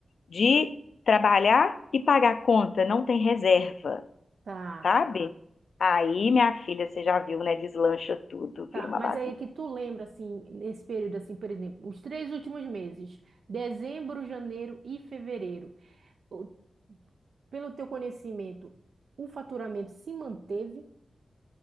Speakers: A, on the left; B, on the right.
A: de trabalhar e pagar conta, não tem reserva,
B: Tá,
A: sabe? Aí, minha filha, você já viu, né? Deslancha tudo,
B: tá.
A: vira uma
B: Mas
A: bagunça.
B: aí é que tu lembra assim, nesse período assim, por exemplo, os três últimos meses, dezembro, janeiro e fevereiro. O- Pelo teu conhecimento, o faturamento se manteve